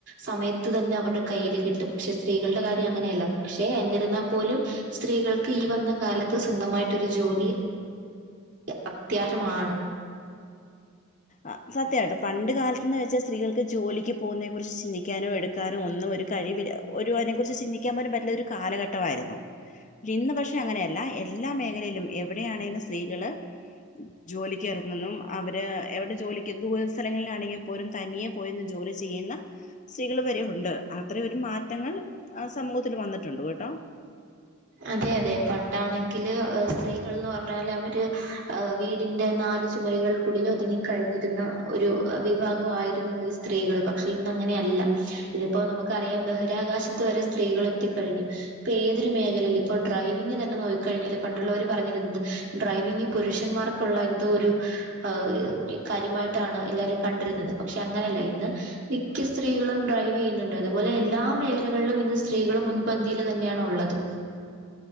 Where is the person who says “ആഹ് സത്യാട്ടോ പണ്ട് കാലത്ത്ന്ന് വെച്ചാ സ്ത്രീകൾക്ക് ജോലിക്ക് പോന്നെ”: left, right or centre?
Left